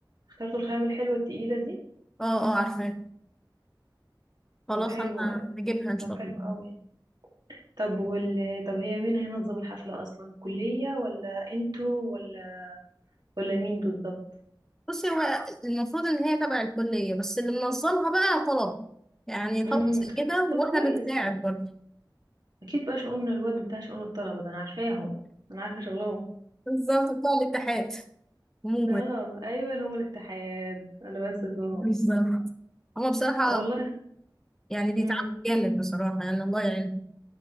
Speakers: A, on the right; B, in the centre.
A: اخترتوا الخامه الحلوه التقيله دي
B: اه اه عارفاه خلاص
A: طب حلو
B: انا هجيبها ان
A: طب
B: شاء
A: حلو
B: الله
A: قوي طب وال طب هي مين هينظم الحفله اصلا الكليه ولا انتوا ولا ولا مين بالظبط
B: بصي هو المفروض ان هي تبع الكليه بس اللي منظمها بقى طلب يعني طلب
A: امم
B: زي كده
A: طب
B: واحنا
A: كويس
B: بنساعد برضه
A: اكيد بقى شؤون الواد بتاع شؤون الطلبه ده انا عارفاهم انا عارفه شغلهم
B: بالظبط بتوع الاتحاد عموما
A: <laughs> اه ايوه اللي هم الاتحاد انا بنسى اسمهم
B: بالظبط هما بصراحه
A: والله
B: يعني بيتعبوا
A: امم
B: جامد بصراحه يعني الله يعينهم